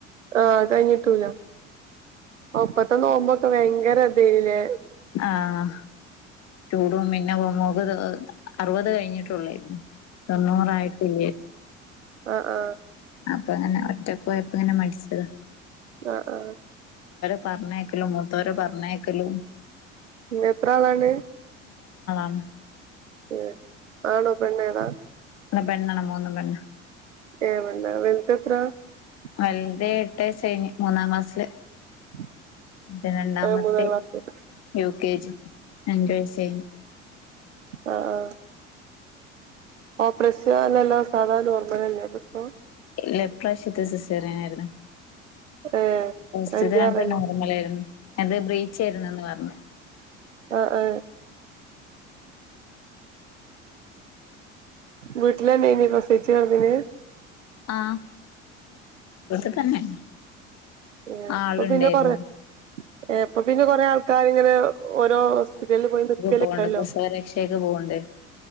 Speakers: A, on the right; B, on the left.
A: ആ കഴിഞ്ഞിട്ടൂല അപ്പത്തെ നോമ്പോക്കെ ഭയങ്കര ഇതേന്ലേ.
B: ആഹ് ചൂടും പിന്നെ അറുപത് അറുപത് കഴിഞ്ഞിട്ടുള്ളായിരുന്നു തൊണ്ണൂറായിട്ടില്ല
A: ആ ആ
B: അപ്പൊ അങ്ങനെ ഒറ്റക്കയപ്പങ്ങനെ മടിച്ചതാ
A: ആ ആ
B: പർഞ്ഞേക്കലും മൂത്തവരെ പർഞ്ഞേക്കലും
A: എത്രയാളാണ്
B: ആ
A: ഉ ആണോ പെണ്ണോ ഏതാ
B: പെണ്ണാണ് മൂന്നും പെണ്ണാ
A: <inaudible>
B: വലുത് ഏട്ട് വയസ്സ് മൂന്നാം ക്ലാസിൽ
A: <inaudible>
B: ൻ്റെ രണ്ടാമത്തെ
A: ഏഹ് മൂന്നാം ക്ലാസ്
B: യു കേ ജി അഞ്ചു വയസായി
A: ആ ആ ഓ പ്രസവം അല്ലല്ലോ സാധാ നോർമൽ അല്ലേ പ്രസവം
B: ഇല്ല ഈ പ്രാവശ്യത്തെ സിസേറിയാനായിരുന്നു
A: ഏഹ്
B: ഫസ്റ്റെത്തെ
A: അന്ത്യാറല്ലേ
B: രണ്ടും നോർമലായിരുന്നു അത് ബ്രീച്ച യിരുന്നു അന്ന് പർഞ്ഞെ
A: ആ ആ വീട്ടിൽ പ്രസവിച്ച് കിടന്നേന്
B: ആ വീട്ടിൽ തന്നെ
A: ആ ഇപ്പൊ
B: ആളുണ്ടായിരുന്നു
A: പിന്നെ കൊറേ ഏ ഇപ്പൊ പിന്നെ കൊറേ ആൾക്കാരിങ്ങനെ ഓരോ ഹോസ്പിറ്റലിൽ പോയി നിക്കല്ണ്ടല്ലോ
B: പോകണ്ട് പ്രസവരക്ഷ പോണ്ട